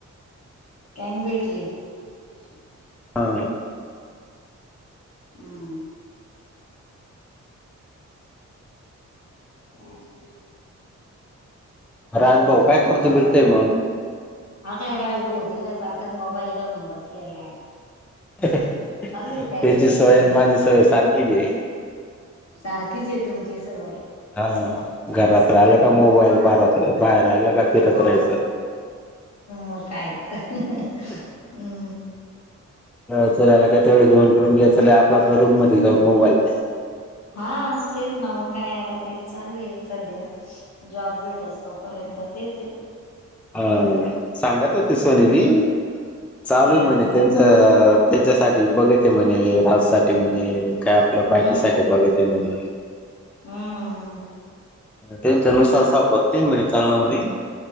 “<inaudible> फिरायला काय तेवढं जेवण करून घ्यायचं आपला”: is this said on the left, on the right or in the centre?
Centre